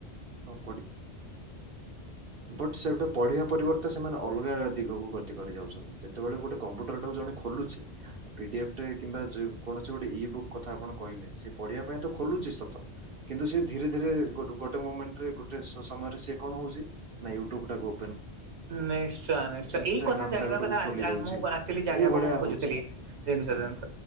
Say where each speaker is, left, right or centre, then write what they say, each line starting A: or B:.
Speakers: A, on the right (about 60°); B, on the right (about 75°).
A: ହଁ ପ ବଟ ସେ ଗଟେ ପଢେଇିବା ପରିବର୍ତ୍ତେ ସେମାନେ ଅଲଗା ଦିଗକୁ ଗତି କରି ଯାଉଛନ୍ତି ଯେତେବେଳେ ଗୋଟେ କମ୍ପ୍ୟୁଟର ଟା ଜଣେ ଖୋଲୁଛି ପିଡିଏଫ କିମ୍ବା କୌଣସି ଗୋଟେ ଇ ବୁକ୍ କଥା ଆପଣ କହିଲେ ସେ ପଢିବା ପାଇଁ ତ ଖୋଲୁଛି ସତ କିନ୍ତୁ ସି ଧୀରେ ଧୀରେ ଗୋଟେ ମୁମେଣ୍ଟ ଗୋଟେ ସମୟରେ ସ କଣ ହଉଛି ନା ୟୁଟୁବାକୁ
B: ନିଶ୍ଚୟ ନିଶ୍ଚୟ
A: ଇନଷ୍ଟାଗ୍ରାମ
B: ଏଇ କଥା ଜାଣିବା
A: ଟାକୁ
B: କଥା
A: ଖୋଲି ଦଉଛି
B: ମୁଁ ଆଚୁଆଲି ଜାଣିବାକୁ
A: ଏଇଭଳିଆ
B: ମୁଁ ଖୋଜୁଥିଲି
A: ହଉଛି
B: ଜିନିଷ
A: ହୁଁ
B: ଜିନିଷ